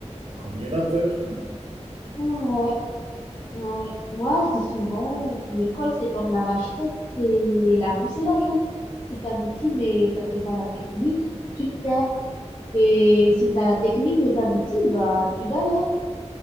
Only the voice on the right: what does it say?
comme les rappeurs.